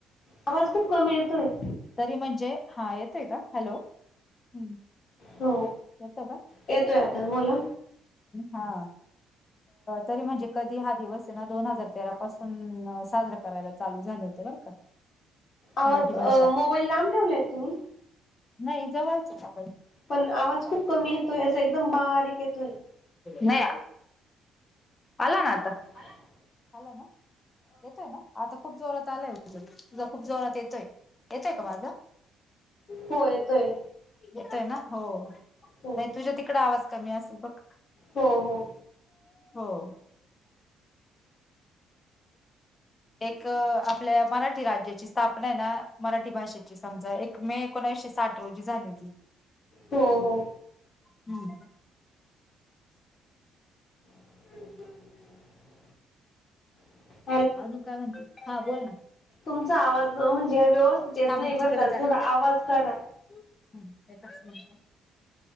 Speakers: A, on the left; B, on the left.
A: आवाज खूप कमी येतोय
B: तरी म्हणजे हा येतेय का? हॅलो हम्.
A: हो
B: येत का?
A: येतोय आता बोला.
B: हा. तरी म्हणजे कधी हा दिवस आहे ना दोन हजार तेरा पासून साजरा करायला चालू झाले होते बरं का.
A: आवाज
B: मराठी
A: अ
B: भाषा
A: मोबाईल लांब ठेवलाय तुम्ही?
B: नाही जवळच. <unintelligible>
A: पण आवाज खूप कमी येतोय असं याचा एकदम बारीक येतोय.
B: नाहीया. आला ना आता.
A: अला ना.
B: हल ना. येतोय ना? आता खूप जोरात आलाय उद तुझा खूप जोरात येतोय येतय का माझं?
A: हो येतोय
B: येतोय ना? हो नाही.
A: हो
B: तुझ्या तिकडे आवाज कमी असेल बघ.
A: हो हो.
B: हो. एक आपल्या मराठी राज्याची स्थापना आहे ना मराठी भाषेची समजा एक मे एकोण एकोनाविशे साठ रोजी झाली होती.
A: हो हो.
B: हम्म.
A: <inaudible> <inaudible>
B: अजून काय म्हणती? हा बोल ना.
A: तुमचा आवाज म्हणजे व्यवस्थित येत
B: थांब
A: नाय
B: मी
A: बरं
B: तिकडे
A: का
B: जाते
A: थोडा
B: थांब
A: आवाज करा.
B: हम्म, एकच मिंनट.